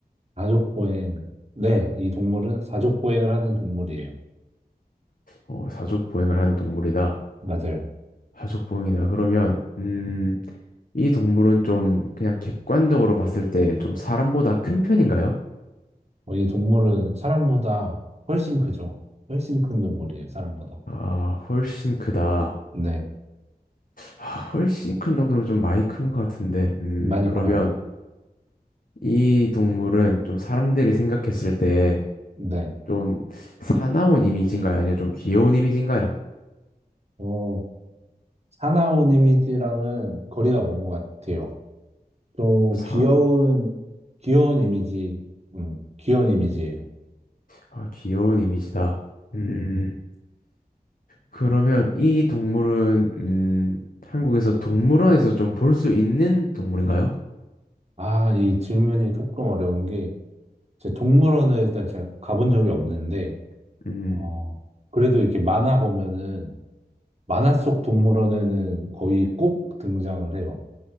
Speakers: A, on the right; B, on the left.
A: 사족보행. 네, 이 동물은 사족보행을 하는 동물이에요.
B: 어, 사족 보행을 하는 동물이다.
A: 맞아요.
B: 사족 보행이다. 그러면 음, 이 동물은 좀 그냥 객관적으로 봤을 때 좀 사람보다 큰 편인가요?
A: 어, 이 동물은 사람보다 훨씬 크죠. 훨씬 큰 동물이에요, 사람보다.
B: 아, 훨씬 크다.
A: 네.
B: 아, 훨씬 큰 정도로 좀 많이 큰 것 같은데. 음,
A: 많이
B: 그러면
A: 커요.
B: 이 동물은 좀 사람들이 생각했을 때
A: 네.
B: 좀 사나운 이미지인가요? 아니면 좀 귀여운 이미지인가요?
A: 어, 사나운 이미지랑은 거리가 먼 것 같아요. 또
B: 사,
A: 귀여운 귀여운 이미지, 음, 귀여운 이미지예요.
B: 아, 귀여운 이미지다. 음. 음, 그러면 이 동물은, 음, 한국에서 동물원에서 좀 볼 수 있는 동물인가요?
A: 아, 이 질문이 조금 어려운 게, 제 동물원을 일단 제가 가본 적이 없는데,
B: 음,
A: 어, 그래도 이렇게 만화 보면은, 만화 속 동물원에는 거의 꼭 등장을 해요.